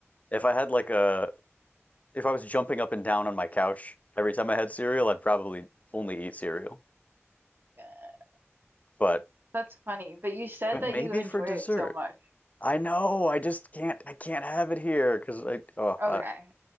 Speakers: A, on the left; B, on the right.
A: if I had like a if I was jumping up and down on my couch every time I had cereal, I'd probably only eat cereal.
B: Uh,
A: But
B: That's funny. But you said
A: But
B: that
A: maybe
B: you enjoy
A: for dessert.
B: it so much.
A: I know. I just can't. I can't have it here because I. Oh,
B: Okay.
A: I,